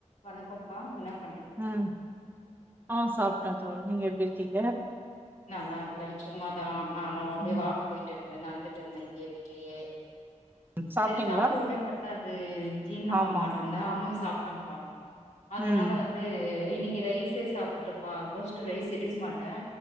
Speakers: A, on the left; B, on the right.
A: வணக்கம்ப்பா என்னாப்
B: உம் ஆஹ் சாப்ட்டேன் தோழி நீங்க எப்டி இருக் கீங்க
A: நல்லா இருக்கே சும்மாதா நானும் அப்டியே
B: ம்
A: வாக் போயிட்டு இருக் கேன் நடந்துட்டு இருந்தேன் இங்கே வீட்லயே
B: சாப்ட்டீங்களா?
A: சரி சாப்டு உட்னே பட்தா இது ஜீன் ஆவ்மாட்டோன்தா
B: ஆமா
A: அவுங்க சாப் டேன் பா அதனால
B: ம்
A: வந்தூ இன்னிக்கு ரைஸே சாப்டுட்டுபா ஆல்மோஸ்ட் ரைஸ் எடுக்க மாட்டேன்